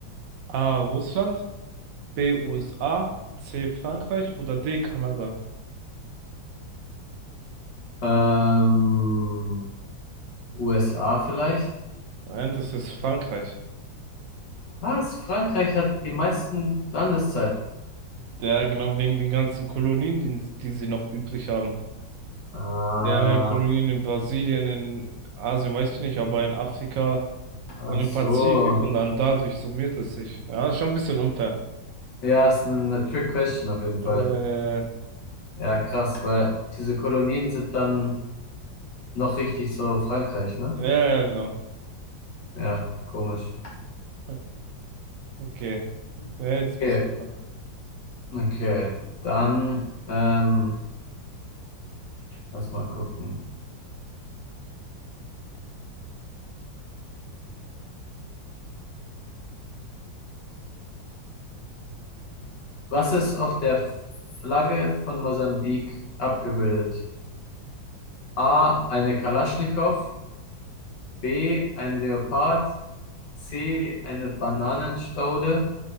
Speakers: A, on the right (about 60°); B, on the left (about 65°).
A: A. Russland. B. USA, C. Frankreich oder D. Kanada?
B: Ähm, USA vielleicht?
A: Nein, das ist Frankreich.
B: Was? Frankreich hat die meisten Landeszeiten.
A: Ja, genau wegen den ganzen Kolonien, die, die sie noch übrig haben.
B: Ah,
A: Die haben ja Kolonien in Brasilien, in Asien, weiß ich nicht, aber in Afrika und
B: ach
A: im Pazifik
B: so.
A: und dann dadurch summiert es sich. Ja, ist schon ein bisschen unfair.
B: Ja, ist eine, eine Trick Question auf jeden
A: Äh,
B: Fall.
A: ja,
B: Ja, krass, weil diese Kolonien sind dann noch richtig so Frankreich, ne?
A: ja, genau.
B: Ja, komisch.
A: <laughs> Okay. Ja, jetzt
B: Okay,
A: bist du dran.
B: okay. Dann, ähm, lass mal gucken. Was ist auf der Flagge von Mosambik abgebildet? A, eine Kalaschnikow, B, ein Leopard, C, eine Bananenstaude,